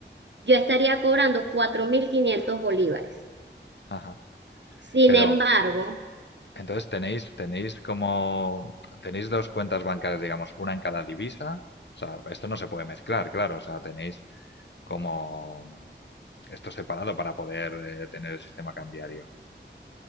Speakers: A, on the right (about 70°); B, on the left (about 70°).
A: yo estaría cobrando 4.500 bolívares.
B: Ajá.
A: Sin
B: Pero
A: embargo,
B: entonces tenéis, tenéis como, tenéis dos cuentas bancarias, digamos, una en cada divisa. O sea, esto no se puede mezclar, claro. O sea, tenéis como esto separado para poder eh, tener el sistema cambiario.